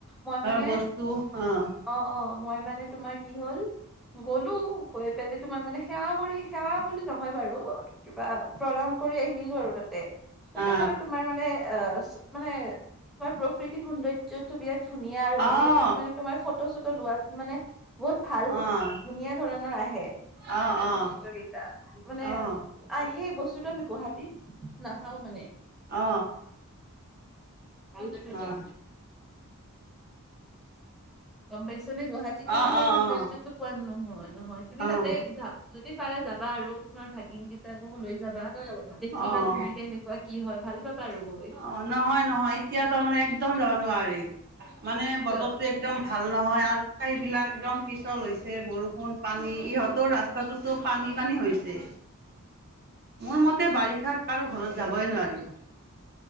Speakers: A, in the centre; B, on the right.
A: মই
B: ধৰ
A: মানে
B: বস্তু আহ
A: অ ', অ ', মই মানে তোমাৰ কি হ'ল গলোঁ গৈ বেলে তোমাৰ মানে সেৱা কৰি সেৱা বুলি নহয় বাৰু। কিবা প্ৰণাম কৰি আহিলোঁ আৰু তাতে। তাতে
B: অ'
A: মানে তোমাৰ মানে আহ মানে তোমাৰ প্ৰকৃতি সৌন্দৰ্য্য টো বিৰাট ধুনীয়া আৰু
B: অ'
A: মানে
B: অ'
A: তাতে তুমি মানে তোমাৰ ফটো চটো লোৱাত মানে বহুত ভাল
B: অ'
A: ধুনীয়া ধৰণৰ আহে মানে
B: অ'
A: চলচ্চিত্ৰ কেইটা মানে
B: অ' অ'
A: আৰু সেই বস্তুটো আমি গুৱাহাটীত নাপাওঁ মানে
B: অ
A: <unintelligible>
B: অ', অ',
A: গম পাইছা নে গুৱাহাটীত
B: অ',
A: মানে সেই সৌন্দৰ্যটো পোৱা নহয় নহয় তুমি
B: অ',
A: তাতে যা যদি পাৰা যাবা আৰু তোমাৰ ভাগিন কেইটাকো লৈ যাবা দেখিবা
B: অ', অ',
A: তুমি কেনেকুৱা কি হয়। ভাল পাবা আৰু গৈ।
B: অ নহয় নহয় এতিয়া তাৰমানে একদম যাব নোৱাৰিম মানে
A: কিয়
B: বতৰটো একদম ভাল নহয় আৰু এইবিলাক একদম পিছল হৈছে বৰষুণ পানী ইহঁতৰ ৰাচ ৰাস্তাটো পানী পানী হৈছে।
A: <inaudible>
B: মোৰ মতে বাৰিষাত কাৰোঁ ঘৰত যাবই নোৱাৰি।